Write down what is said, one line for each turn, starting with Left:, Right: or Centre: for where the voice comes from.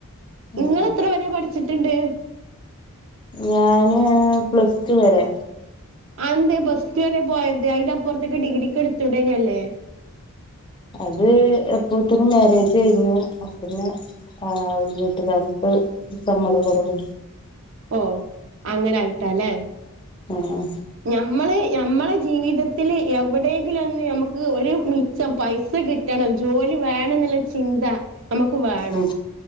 Left: ഉം
Right: ഇങ്ങെളെത്ര വരെ പഠിച്ചിട്ടുണ്ട്
Left: ഞാന് പ്ലസ് റ്റുവരെ
Right: അന്തേ പ്ലസ്റ്റ് വരെ പോയത് അയിന്റെ അപ്പൊറത്തേക്ക് ഡിഗ്രിക്ക് എടുത്തുടേനല്ലേ
Left: അത് എപ്പോത്തനു മാരേജ് കഴിഞ്ഞു പിന്നെ ആഹ് അവടെ വീട്ടുകാർക്ക് സമ്മതകൊറവ്
Right: ഓഹ് അങ്ങനായിട്ടല്ലെ
Left: ആഹ്
Right: നമ്മള് നമ്മള ജീവിതത്തില് എവിടെയെങ്കിലുംന്ന് നമുക്ക് ഒരു മിച്ചം പൈസ കി ട്ടണം ജോലി വേണം എന്നുള്ള ചിന്ത നമുക്ക് വേണം
Left: ഉം